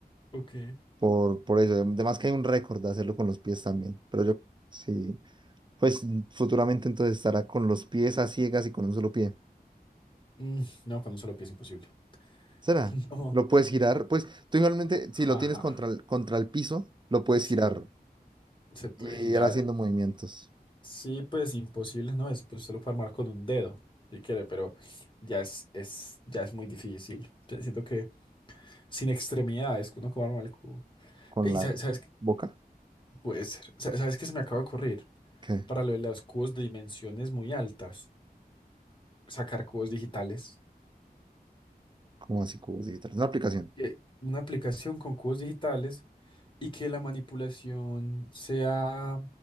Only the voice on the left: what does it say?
Ok.
Mm, no, con un solo pie es imposible.
<laughs> No.
Jaja.
Sí,
se puede
girar.
Sí, pues imposible no es, pues usted lo puede armar con un dedo, si quiere, pero ya es, es, ya es muy difícil. Yo Siento que sin extremidades, que uno cómo arma el cubo.
Ey,
¿sabes, sabes qué?
Puede ser. Sa- ¿Sabes qué se me acaba de ocurrir?
Para lo de los cubos de dimensiones muy altas, sacar cubos digitales.
Que Una aplicación con cubos digitales y que la manipulación sea